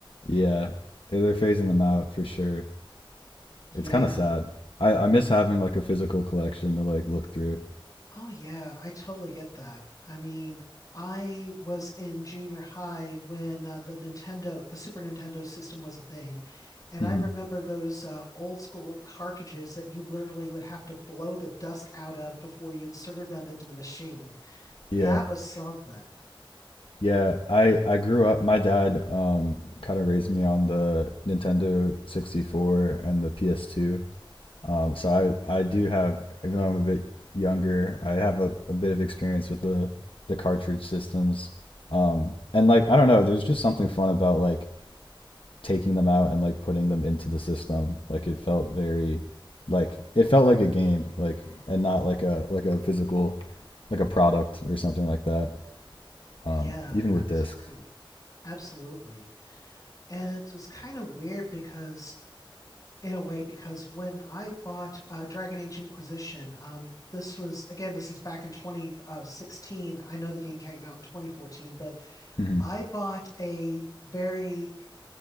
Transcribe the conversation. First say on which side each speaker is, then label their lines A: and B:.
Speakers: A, on the left (about 75°); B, on the left (about 40°).
A: Yeah, they're phasing them out for sure.
B: Yeah.
A: It's kind of sad. I I miss having like a physical collection to like look through.
B: Oh yeah, I totally get that. I mean, I was in junior high when uh, the Nintendo, the Super Nintendo system was a thing, and
A: hmm
B: I remember those uh, old school cartridges that you literally would have to blow the dust out of before you inserted them into the machine.
A: Yeah.
B: That was something.
A: Yeah, I I grew up. My dad um kind of raised me on the Nintendo 64 and the PS2. Um, so I I do have, even though I'm a bit younger, I have a, a bit of experience with the the cartridge systems. Um, and like I don't know, there's just something fun about like taking them out and like putting them into the system. Like it felt very, like it felt like a game, like and not like a like a physical, like a product or something like that. Um,
B: Yeah,
A: even
B: absolutely.
A: with discs.
B: Absolutely. And it was kind of weird because in a way because when I bought uh, Dragon Age Inquisition, um, this was again, this is back in 2016. I know the game came out in 2014, but
A: hmm
B: I bought a very